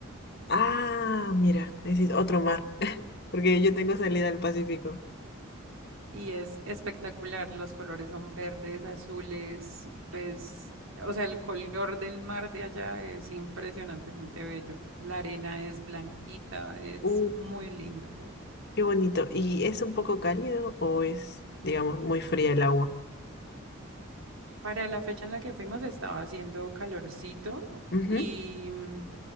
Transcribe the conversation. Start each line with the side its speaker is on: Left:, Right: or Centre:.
Left: Ah, mira, ese es otro mar, <laughs> porque yo tengo salida al Pacífico.
Right: y es espectacular. Los colores son verdes, azules, ves, o sea, el color del mar de allá es impresionantemente bello. La arena es blanquita, es
Left: Uh,
Right: muy lindo.
Left: qué bonito. ¿Y es un poco cálido o es, digamos, muy fría el agua?
Right: Para la fecha en la que fuimos estaba haciendo calorcito
Left: Ujú.
Right: y mm,